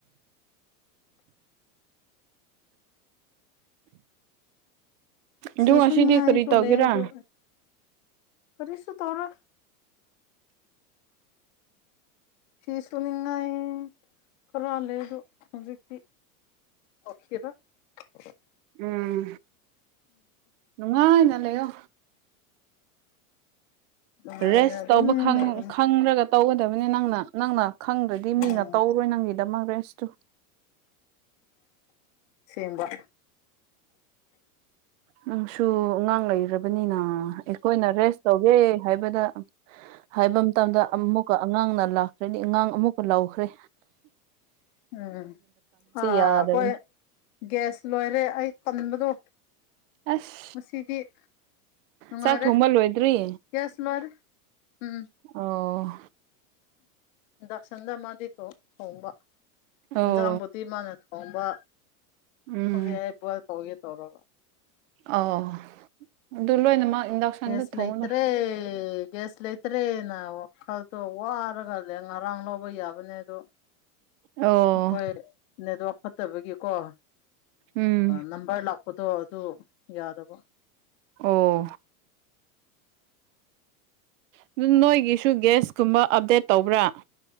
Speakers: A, on the left; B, on the right.
A: ꯐꯤꯁꯨꯅꯤꯡꯉꯥꯏꯁꯨ
B: ꯑꯗꯨ ꯉꯁꯤꯗꯤ ꯀꯔꯤ ꯇꯧꯒꯦꯔꯥ
A: ꯂꯩ ꯑꯗꯨ ꯀꯥꯔꯤꯁꯨ ꯇꯧꯔꯣꯢ ꯐꯤ ꯁꯨꯅꯤꯡꯉꯥꯏ ꯈꯔꯥ ꯂꯩ ꯑꯗꯨ ꯍꯧꯖꯤꯛꯇꯤ <unintelligible>
B: ꯎꯝ ꯅꯨꯡꯉꯥꯏꯅ ꯂꯩꯌꯣ
A: ꯑꯗꯨꯃꯥꯏꯅ
B: ꯔꯦꯁ
A: ꯑꯗꯨꯝ
B: ꯇꯧꯕ <unintelligible>
A: ꯂꯩꯕꯅꯦ
B: ꯈꯪꯗ꯭ꯔꯒ ꯇꯧꯒꯗꯕꯅꯤ ꯅꯪꯅ ꯅꯪꯅ ꯈꯪꯗ꯭ꯔꯗꯤ
A: ꯎꯝ
B: ꯃꯤꯅ ꯇꯧꯔꯣꯏ ꯅꯪ ꯒꯤꯗꯃꯛ ꯔꯦꯁꯇꯨ
A: ꯁꯦꯝꯕ
B: ꯅꯪꯁꯨ ꯑꯉꯥꯡ ꯂꯩ <unintelligible> ꯑꯩꯈꯣꯏꯅ ꯔꯦꯁ ꯇꯧꯒꯦ ꯍꯥꯏꯕꯗ ꯍꯥꯏꯕ ꯃꯇꯝꯗ ꯑꯃꯨꯛꯀ ꯑ ꯑꯉꯥꯡꯅ ꯂꯥꯛꯈ꯭ꯔꯗꯤ ꯑꯉꯥꯡ ꯑꯃꯨꯛꯀ ꯂꯥꯎꯈ꯭ꯔꯦ
A: ꯎꯝ ꯑꯥ
B: ꯌꯥꯗꯕꯅꯤ
A: ꯑꯩꯈꯣꯏ ꯒ꯭ꯌꯥꯁ ꯂꯣꯏꯔꯦ ꯑꯩ ꯇꯟꯕꯗꯣ
B: ꯑꯁ
A: ꯃꯁꯤꯗꯤ ꯅꯨꯡꯉꯥꯏꯔꯦ
B: ꯆꯥꯛ ꯊꯣꯡꯕ ꯂꯣꯏꯗ꯭ꯔꯤ
A: ꯒ꯭ꯌꯥꯁ ꯂꯣꯢꯔꯦ ꯎꯝ
B: ꯑꯣ
A: ꯏꯟꯗꯥꯛꯁꯟꯗ ꯃꯥꯗꯤ <unintelligible> ꯊꯣꯡꯕ
B: ꯑꯣ
A: ꯏꯟꯖꯥꯡꯕꯨꯗꯤ ꯃꯥꯥꯟꯅ ꯊꯣꯡꯕ
B: ꯎꯝ
A: ꯍꯧꯖꯤꯛ ꯑꯩ <unintelligible> ꯇꯧꯒꯦ ꯇꯧꯔꯕ
B: ꯑꯣ ꯑꯗꯨ ꯂꯣꯏꯅꯃꯛ ꯏꯟꯗꯛꯁꯟꯗ
A: ꯒꯦꯁ
B: ꯊꯣꯡꯉꯨꯅ
A: ꯂꯩꯇ꯭ꯔꯦ ꯒꯦꯁ ꯂꯩꯇ꯭ꯔꯦ ꯅ ꯋꯥꯈꯜꯗꯣ ꯋꯥꯔꯒ ꯅꯦ ꯉꯔꯥꯡ ꯂꯧꯕ ꯌꯥꯕꯅꯦ ꯑꯗꯨ
B: ꯑꯣ
A: ꯑꯩꯈꯣꯏ <unintelligible> ꯐꯥꯠꯇꯕꯒꯤꯀꯣ ꯑ
B: ꯎꯝ
A: ꯅꯥꯝꯕꯔ ꯂꯥꯛꯄꯗꯣ ꯑꯗꯨ ꯌꯥꯗꯕ
B: ꯑꯣ ꯑꯗꯨ ꯅꯣꯏꯒꯤ ꯒꯦꯁꯀꯨꯝꯕ ꯑꯞꯗꯦꯠ ꯇꯧꯕ꯭ꯔꯥ